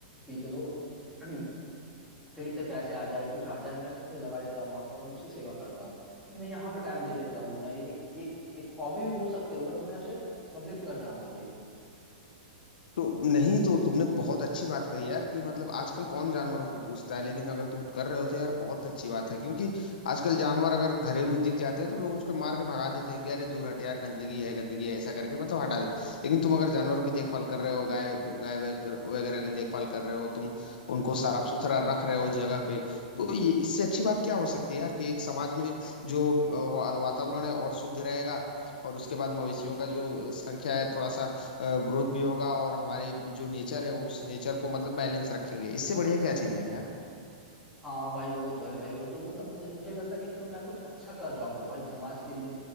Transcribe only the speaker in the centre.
कि चलो <clears throat> कहीं से पैसे आ जाए कुछ आ जाए मैं सब कुछ लगा देता हूँ वहां पे और मैं उसकी सेवा करता हूँ तो मैं यहाँ पे टाइम दे देता हूँ मैं एक एक एक हॉबी भी बोल सकते हो बट मैं उसे कंप्लीट कर रहा हूँ अभी
हाँ भाई वो तो है भाई वो तो मतलब मुझे मुझे भी लगता है कि चलो मैं कुछ अच्छा कर रहा हूँ भाई समाज के लिए